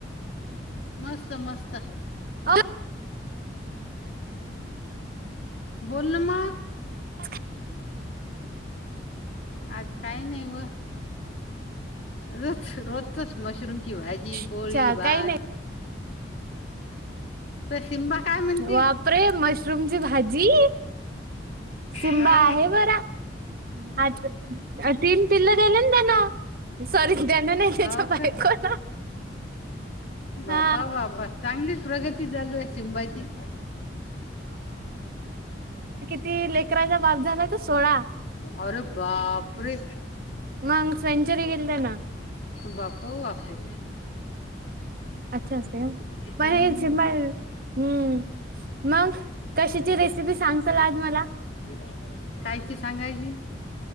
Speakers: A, on the left (about 60°); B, on the right (about 50°).
A: मस्त मस्त
B: अ,
A: बोल म
B: ह
A: आज काय नाही व रच रोजतच मशरूमची, भाजी, पोळी,
B: अच्छा
A: भात
B: काही नाही
A: त शिमबा काय म्हणते?
B: वापरे मशरूमची भाजी शिमबा
A: हा
B: आहे बरा आ तीन पिल्ल दले त्याना सॉरी त्याना नाही त्याच्या
A: हो
B: बायकोला
A: बापा
B: हा
A: बाप चांगली प्रगती चालू आहे सिबाची
B: ती लेकराांचा बाप झाला. तो सोळा
A: अरे बापरे
B: मंग सेंचुरी गेली त्या नाु
A: बापू बापू
B: अच्छा स
A: हम्म
B: पणची प हम्म मग कशीाची रेसिपी सांगसाल आज मला
A: बा झा कायची सांगायची